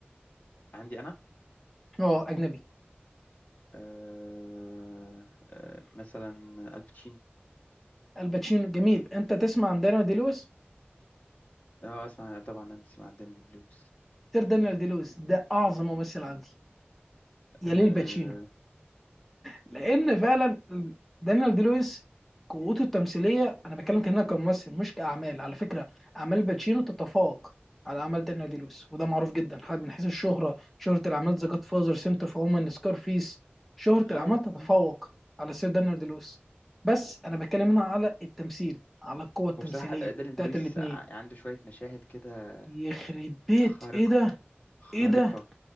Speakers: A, on the left; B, in the centre.
A: عندي انا
B: اه اجنبي
A: آه آه مثلا الباتشينو
B: الباتشينو جميل انت تسمع عن دانيال دي لويس
A: اه آه، اسمع طبعا انا اسمع عن داني دلويس
B: سير دانيال دي لويس ده اعظم ممثل عندي يليه
A: اه
B: الباتشينو لان فعلا دانيال دي لويس قوته التمثيليه انا بتكلم كانها كممثل مش كاعمال على فكره اعمال باتشينو تتفوق على اعمال دانيال دي لويس وده معروف جدا حتى من حيث الشهره شهره الاعمال ذا جاد فازر سنت اوف وومن سكارفيس شهره الاعمال
A: اه لا
B: تتفوق
A: لا
B: على سير دانيال دي لويس بس انا بتكلم هنا على التمثيل على القوه التمثيليه
A: هو بصراحة داني دلويس
B: بتاعت الاثنين
A: ع- عنده شوية مشاهد كده
B: يخرب بيت
A: خارقة
B: ايه ده
A: خارقة
B: ايه ده